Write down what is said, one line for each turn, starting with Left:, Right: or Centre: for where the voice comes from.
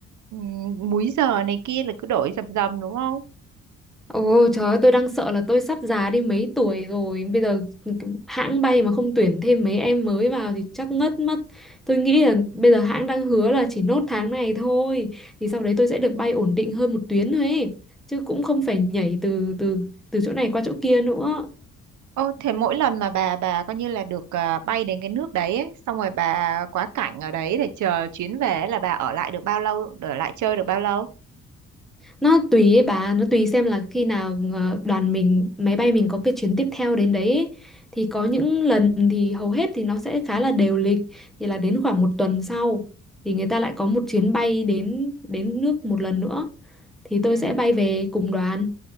Right: ừm, múi giờ này kia là cứ đổi dầm dầm đúng không
Centre: Ồ trời ơi, tôi đang sợ là tôi sắp già đi mấy tuổi rồi. Bây giờ hãng bay mà không tuyển thêm mấy em mới vào thì chắc ngất mất. Tôi nghĩ là bây giờ hãng đang hứa là chỉ nốt tháng này thôi. Thì sau đấy tôi sẽ được bay ổn định hơn một tuyến thôi ấy. Chứ cũng không phải nhảy từ từ từ chỗ này qua chỗ kia nữa.
Right: ô thế mỗi lần mà bà bà coi như là được à, bay đến cái nước đấy ấy, xong rồi bà quá cảnh ở đấy để chờ chuyến về ấy, là bà ở lại được bao lâu ở lại chơi được bao lâu
Centre: nó tùy ấy bà nó tùy xem là khi nào ờ, đoàn mình máy bay mình có cái chuyến tiếp theo đến đấy ấy. thì có những lần thì hầu hết thì nó sẽ khá là đều lịch thì là đến khoảng một tuần sau thì người ta lại có một chuyến bay đến đến nước một lần nữa thì tôi
Right: Ừ.
Centre: sẽ bay về cùng đoàn